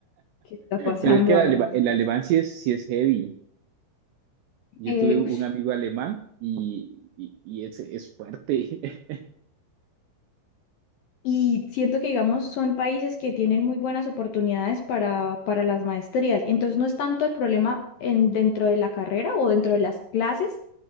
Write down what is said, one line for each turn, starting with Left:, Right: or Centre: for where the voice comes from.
Left: ¿Qué está pasando,
Right: Pero es que el
Left: amiguitos?
Right: alema- el alemán, sí es, sí es heavy. Yo
Left: Eh,
Right: tuve
Left: ush,
Right: un amigo alemán y, y, y es, es fuerte. <laughs>
Left: y siento que, digamos, son países que tienen muy buenas oportunidades para, para las maestrías. Entonces, no es tanto el problema en, dentro de la carrera o dentro de las clases,